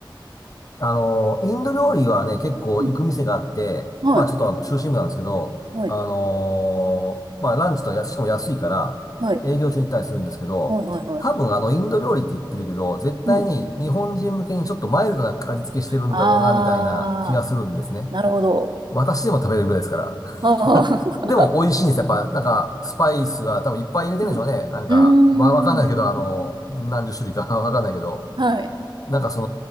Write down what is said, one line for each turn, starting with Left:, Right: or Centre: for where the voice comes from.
Left: あの、インド料理はね、結構行く店があって、
Right: うん、はい。
Left: まあちょっと中心部なんですけど、
Right: はい、
Left: あのーまあランチとや、しかも安いから、
Right: はい、
Left: 営業中に行ったりするんですけど、
Right: はい、はい、はい。
Left: 多分あのインド料理って言ってるけど、絶対に日本人向けにちょっとマイルドな味付けしてるんだろうな、
Right: うん。あ
Left: みたいな気がするんですね。
Right: ー、なるほど。
Left: 私でも食べれるぐらいですから。
Right: <laughs> あー、
Left: <laughs> でも美味しいんですやっぱ、なんか、スパイスが多分いっぱい入れてるんでしょうね。
Right: <laughs> うん。
Left: なんか、
Right: うー
Left: わ、わかんないけど、
Right: ん。
Left: あの、何十種類か <laughs> わかんないけど。
Right: はい。
Left: なんかそ